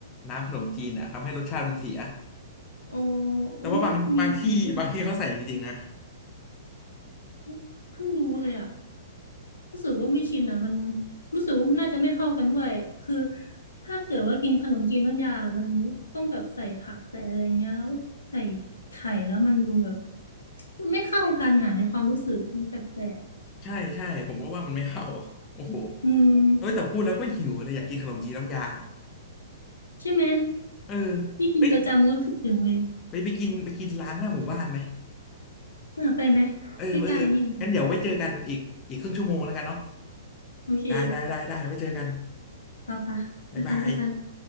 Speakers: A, on the left; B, on the left.
A: น้ำขนมจีนอ่ะทำให้รสชาติมันเสีย
B: โอ้
A: แต่ว่าบางบางที่บางที่เขาใส่จริงๆนะ
B: อุ้ยมันมีแบบนี้ด้วยเหรอเอ้ยเพิ่งรู้เลยอะรู้สึกว่าไม่ชินอะมันรู้สึกว่ามันน่าจะไม่เข้ากันด้วยคือถ้าเกิดว่ากินขนมจีนน้ำยามันต้องแบบใส่ผักใส่อะไรเงี้ยแล้วใส่ไข่แล้วมันดูแบบมันไม่เข้ากันนะในความรู้สึกมันแปลก
A: ใช่ใช่ผมก็ว่ามันไม่เข้าโอ้โห
B: ๆอืม
A: เอ้ยแต่พูดแล้วก็หิวเลยอยากกินขนมจีนน้ำยา
B: ใช่ไหม
A: เออ
B: นี่กินประจำแล้วคิดถึงเลย
A: เฮ้ย ไปไปกินไปกินร้านหน้าหมู่บ้านไหม
B: เออไปไหม
A: เออเอองั้นเดี๋ยวไว้เจอกันอีกอีกครึ่งชั่วโมงแล้วกันเนาะ
B: ใกล้ๆนี่เองโอเค
A: ได้ได้ได้ได้ไว้เจอกัน
B: ปะปะเจอกันเจอกัน
A: บ๊ายบาย